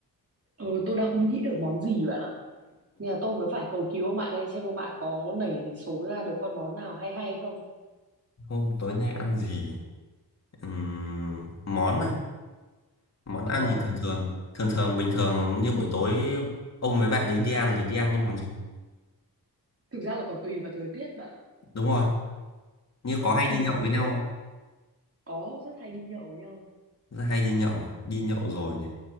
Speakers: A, on the right (about 40°); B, on the left (about 45°).
A: ờ tôi đang không nghĩ được món gì bạn ạ nên là tôi mới phải cầu cứu ông bạn đây xem ông bạn có nảy số ra được con món nào hay hay không
B: hôm tối nay ăn gì Ừm, món à món
A: đúng
B: ăn
A: rồi
B: thì thường thường thường thường bình thường như buổi tối ông với bạn ấy đi ăn là đi ăn những món gì
A: thực ra là còn tùy vào thời tiết bạn ạ.
B: đúng rồi như
A: nó
B: có hay
A: tùy
B: đi
A: vào
B: nhậu
A: thời
B: với nhau
A: tiết
B: không
A: lắm có rất hay đi nhậu với nhau
B: rất hay đi nhậu à đi nhậu rồi này